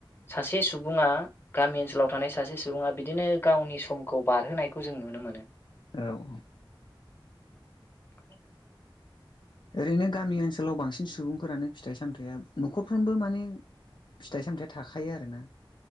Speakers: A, on the left (about 25°); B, on the left (about 55°).
A: सासे सुबुङा गामि ओनसोलाव थानाय सासे सुबुङा बिदिनो गावनि समखौ बारहोनायखौ जों नुनो मोनो
B: औ औ
A: <unintelligible>
B: ओरैनो गामि ओनसोलाव बांसिन सुबुंफोरानो फिथाइ सामथाइया न'खरफ्रोमबो माने फिथाइ सामथाइ थाखायो आरोना